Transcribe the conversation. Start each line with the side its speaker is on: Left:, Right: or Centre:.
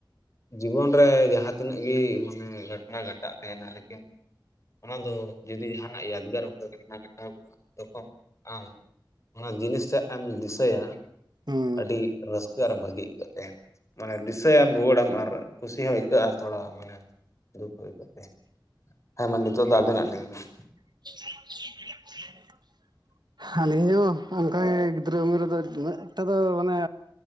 Left: ᱡᱤᱵᱚᱱ ᱨᱮ ᱡᱟᱦᱟᱸ ᱛᱤᱱᱟᱹᱜ ᱜᱮ ᱢᱟᱱᱮ ᱜᱷᱚᱴᱚᱱᱟ ᱜᱷᱚᱴᱟᱜ ᱛᱟᱦᱮᱱᱟ ᱞᱮᱠᱤᱱ ᱚᱱᱟ ᱫᱚ ᱡᱩᱫᱤ ᱡᱟᱦᱟᱱᱟᱜ ᱭᱟᱫᱽᱜᱟᱨ ᱚᱱᱠᱟ ᱜᱷᱚᱴᱚᱱᱟ ᱜᱷᱚᱴᱟᱣ ᱠᱚᱜᱼᱟ ᱛᱚᱠᱷᱚᱱ ᱟᱢ ᱚᱱᱟ ᱡᱤᱱᱤᱥ ᱴᱟᱜ ᱮᱢ ᱫᱤᱥᱟᱹᱭᱟ ᱾
Right: ᱦᱩᱸ
Left: ᱟᱹᱰᱤ ᱨᱟᱹᱥᱠᱟᱹ ᱟᱨ ᱵᱷᱟᱹᱜᱤ ᱟᱹᱭᱠᱟᱹᱜ ᱛᱟᱦᱮᱱ ᱢᱟᱱᱮ ᱫᱤᱥᱟᱹᱭᱟᱢ ᱨᱩᱣᱟᱹᱲᱟᱢ ᱟᱨ ᱠᱩᱥᱤ ᱦᱚᱸ ᱟᱹᱭᱠᱟᱹᱜᱼᱟ ᱟᱨ ᱛᱷᱚᱲᱟ ᱢᱟᱱᱮ ᱫᱩᱠ ᱦᱚᱸ ᱟᱹᱭᱠᱟᱹᱜ ᱦᱮᱸ ᱢᱟ ᱱᱤᱛᱚᱜ ᱫᱚ ᱟᱵᱮᱱᱟᱜ ᱞᱟᱹᱭ ᱵᱮᱱ
Right: <inaudible> ᱟᱹᱞᱤᱧ ᱦᱚᱸ ᱚᱱᱠᱟᱜᱮ ᱜᱤᱫᱽᱨᱟᱹ ᱩᱢᱮᱨ ᱨᱮᱫᱚ ᱩᱱᱟᱹᱜ ᱮᱠᱴᱟ ᱫᱚ ᱢᱟᱱᱮ